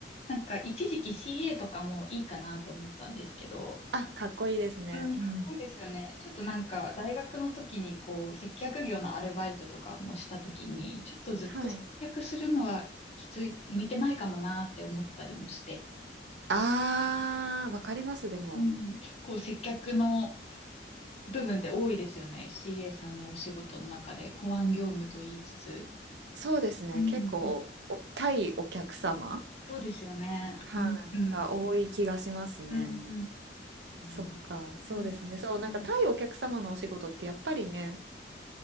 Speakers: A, on the left (about 35°); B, on the right (about 75°).
A: なんか、一時期 CA とかもいいかなって思ったんですけど、
B: あ、かっこいいですね。
A: うん、かっこいいですよね。
B: うん。
A: ちょっとなんか、大学の時にこう、接客業のアルバイトとかもした時に、ちょっとずっと接客するのはきつい、
B: はい。
A: 向いてないかもなって思ったりもして、
B: あー、わかります、でも。
A: うん、結構接客の、部分って多いですよね。CA さんのお仕事の中で保安業務と言いつつ。
B: そうですね。
A: うん、
B: 結うん。構、お対お客様
A: そうですよね。
B: はい。
A: うん、うん、
B: が多い気がしますね。
A: うん、うん、ですね。
B: そっか、そうですね。
A: うん、
B: そう、なんか対お客様のお仕事ってやっぱりね、
A: うん。